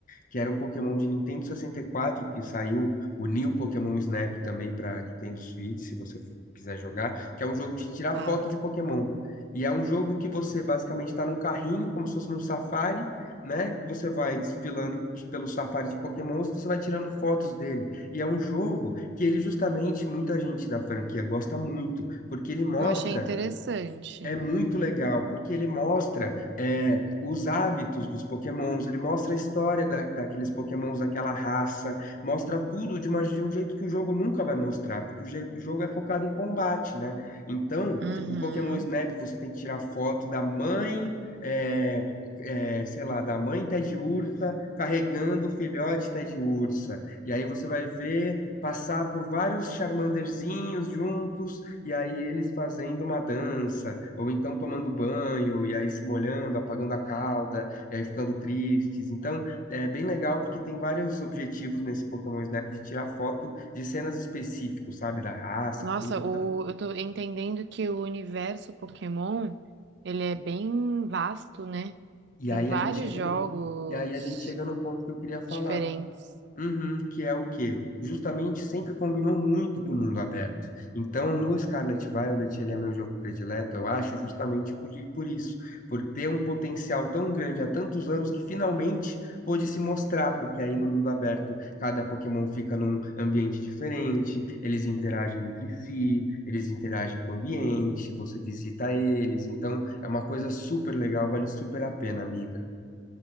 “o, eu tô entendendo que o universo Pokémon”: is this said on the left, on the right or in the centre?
Right